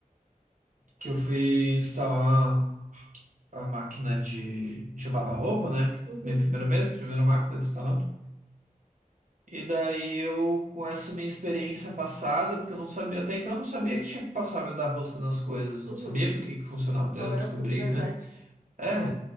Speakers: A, on the right; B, on the right.
A: que eu fui instalar a máquina de, de lavar roupa, né?
B: Uhum,
A: Minha primeira vez, primeira máquina que eu instalava. E daí eu, com essa minha experiência passada, porque eu não sabia, até então eu não sabia que tinha que passar a dar rosca nas coisas,
B: uhum.
A: não sabia por que que funcionava. Daí
B: Qual
A: eu
B: era
A: descobri
B: a funcionalidade?
A: né? É,